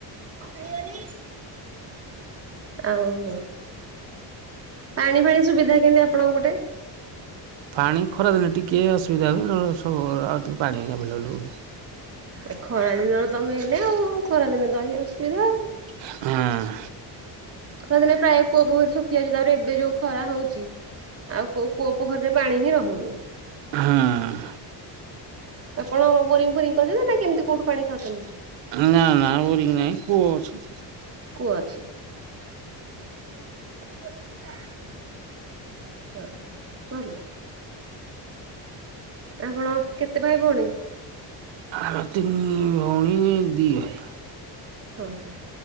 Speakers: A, on the right; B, on the right.
A: ହଁ। ଆଉ ଉ ପାଣି ଫାଣି ସୁବିଧା କେମିତି ଆପଣଙ୍କ ପଟେ?
B: ପାଣି ଖରାଦିନେ ଟିକେ ଅସୁବିଧା ହୁଏ ନ ହେଲେ ସବୁବେଳେ ଆଉ ତ ପାଣି ଆଭେଲେବୁଲ୍‌ ହୁଏ।
A: ଆ ଖରା ଦିନ ତ ମେନ୍‌ ଆଉ ଖରା ଦିନେ ତ ଏଇ ଅସୁବିଧା ଆଉ।
B: ହଁ ।
A: ଖରା ଦିନେ ପ୍ରାୟ କୂଅ ପୋଖରୀ ଶୁଖି ଯାଉଛି ତାପରେ ଏବେ ଯୋଉ ଖରା ହଉଛି। ଆଉ କୋଉ କୂଅ ପୋଖରୀରେ ପାଣି ହିଁ ରହୁନି।
B: ହଁ ।
A: ଆପଣଙ୍କ ର ବୋରିଙ୍ଗ ଫୋରିଂ କରିଛନ୍ତି ନା କେମିତି କୋଉଠୁ ପାଣି ଖାଉଛନ୍ତି।
B: ହୁଁ ନାଁ ନାଁ ବୋରିଂ ନାଇ କୂଅ ଅଛି।
A: କୂଅ ଅଛି <inaudible> ହଁ ଭଲ ଆପଣ କେତେ ଭାଇ ଭଉଣୀ?
B: ଆ ତିନି ଭଉଣୀ ଦିଇ ଭାଈ।
A: ହଁ ହଁ